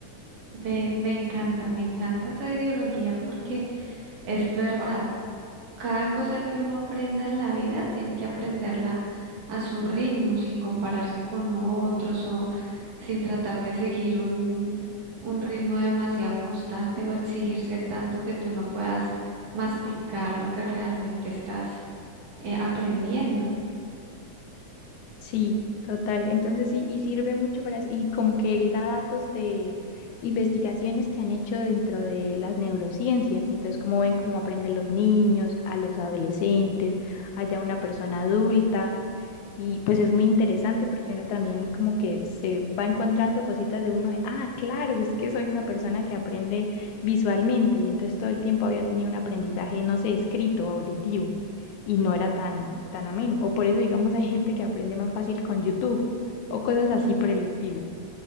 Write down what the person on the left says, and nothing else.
Sí, total. Entonces sí, y sirve mucho para eso. Y como que él da datos de investigaciones que han hecho dentro de las neurociencias. Y entonces, cómo ven cómo aprenden los niños, a los adolescentes, allá una persona adulta. Y pues es muy interesante porque uno también como que se va encontrando cositas de uno de, ah, claro, es que soy una persona que aprende visualmente y entonces todo el tiempo había tenido un aprendizaje, no sé, escrito, auditivo y no era tan, tan ameno. O por eso, digamos, <laughs> hay gente que aprende más fácil con YouTube o cosas así
por el estilo.